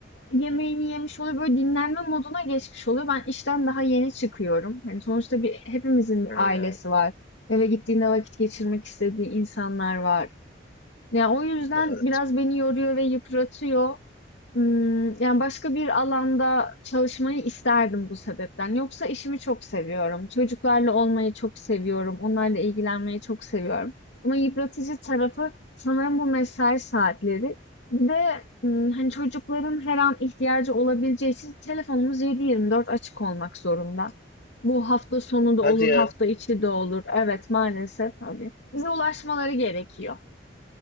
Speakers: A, on the left; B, on the left.
A: yemeğini yemiş oluyor, böyle dinlenme moduna geçmiş oluyor. Ben işten daha yeni çıkıyorum. Hani sonuçta bir hepimizin bir
B: Hmm,
A: ailesi var. Eve gittiğinde vakit geçirmek istediği insanlar var. Ya o yüzden
B: evet.
A: biraz beni yoruyor ve yıpratıyor. Imm, yani, başka bir alanda çalışmayı isterdim bu sebepten. Yoksa işimi çok seviyorum. Çocuklarla olmayı çok seviyorum. Onlarla ilgilenmeyi çok seviyorum. Ama yıpratıcı tarafı sanırım bu mesai saatleri. Bir de, ımm, hani, çocukların her an ihtiyacı olabileceği için telefonumuz 7/24 açık olmak zorunda. Bu hafta sonu da
B: Hadi
A: olur,
B: ya.
A: hafta içi de olur. Evet, maalesef, hani, bize ulaşmaları gerekiyor.